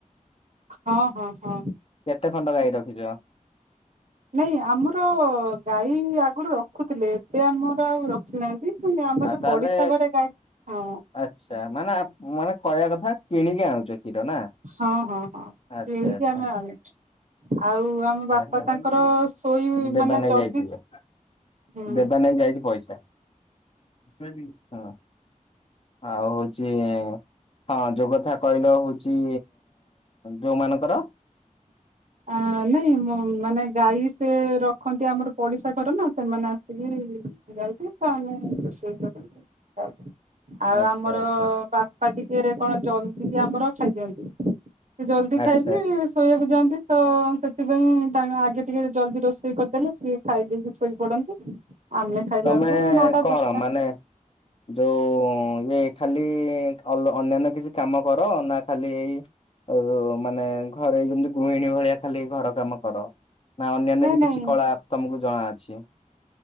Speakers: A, on the right; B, on the left.
A: ହଁ ହଁ ହଁ
B: କେତେ ଖଣ୍ଡ ଗାଈ ରଖିଛ?
A: ନାଇଁ ଆମର ଆମର ଗାଈ ଆଗରୁ ରଖୁଥିଲେ ଏବେ ଆମର ଆଉ ରଖିନାହାନ୍ତି। ଆମର
B: ଆ ତାହଲେ
A: ପଡିଶା ଘରେ ଗାଈ ହଁ
B: ଆଚ୍ଛା ମାନେ ଆ ମୁଁ ମାନେ କହିବା କଥା କିଣିକି ଆଣୁଛେ? କ୍ଷୀର ନା
A: ହଁ ହଁ ହଁ
B: ଆଛା
A: କିଣିକି
B: ଆଛା।
A: ଆମେ ଆଣୁ ଆଉ ଆମ ବାପା
B: <inaudible>
A: ତାଙ୍କର ଶୋଇ
B: ଦେବା
A: ମାନେ
B: ନେଇ
A: ଜଲଦି
B: ଯାଇଛି।
A: ହୁଁ
B: ଦେବା ନେଇ ଯାଇଛି ପଇସା। ହଁ। ଆଉ ହଉଛି ହଁ ଯୋଉ କଥା କହିଲ ହଉଛି ଯୋଉ ମାନଙ୍କର
A: ଆ ନାଇଁ ମାନେ ଗାଈ ସେ ରଖନ୍ତି ଆମର ପଡିଶା ଘର ନା, ସେମାନେ ଆସିକି ହ ଯାଉଚି, ତାଙ୍କ ଲାଗି ରୋଷେଇ କରିବି। ହଉ। ଆଉ
B: ଆଚ୍ଛା
A: ଆମର
B: ଆଚ୍ଛା
A: ବାପା ଟିକେ କଣ ଜଲଦି ଆମର ଖାଇ ଦିଅନ୍ତି। ସେ ଜଲ୍ଦି
B: ଆଚ୍ଛା
A: ଖାଇକି ଶୋଇବାକୁ ଯାଆନ୍ତି। ତ ସେଥିପାଇଁ ତାଙ୍କ ଆଗେ ଟିକେ ଜଲ୍ଦି ରୋଷେଇ କରିଦେଲେ ସିଏ ଖାଇଦେଇକି ଶୋଇ ପଡନ୍ତି। ଆମେ ଖାଇଲା
B: ତମେ
A: ବେଳକୁ ନଅଟା
B: କଣ
A: ଦଶଟା
B: ମାନେ ଯୋଉ ଇଏ ଖାଲି ଅଲ୍ ଅନ୍ୟାନ୍ୟ କିଛି କାମ କର ନା ଖାଲି ଏଇ ଆଉ ମାନେ ଘରେ ଯେମତି ଗୃହିଣୀ ଭଳିଆ ଖାଲି ଘର କାମ କର? ନା ଅନ୍ୟାନ୍ୟ
A: ନାଇଁ
B: ବି
A: ନାଇଁ
B: କିଛି କଳା ତମକୁ ଜଣାଅଛି।